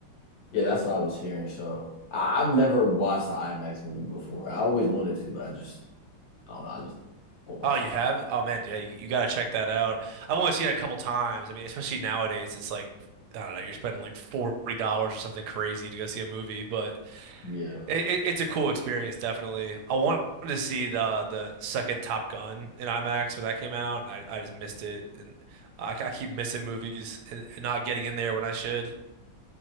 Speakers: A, on the left (about 80°); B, on the right (about 70°).
A: Yeah, that's what I was hearing. So I, I've never watched the IMAX movie before. I always wanted to, but I just I don't know. I just go watch
B: Oh, you
A: it.
B: haven't? Oh man, yeah, you, you gotta check that out. I've only seen it a couple times. I mean, especially nowadays, it's like I don't know, you're spending like $40 or something crazy to go see a movie, but
A: Yeah,
B: It, it, it's a cool experience, definitely. I wanted to see the the second Top Gun in IMAX when that came out, and I, I just missed it. And I, I keep missing movies and, and not getting in there when I should.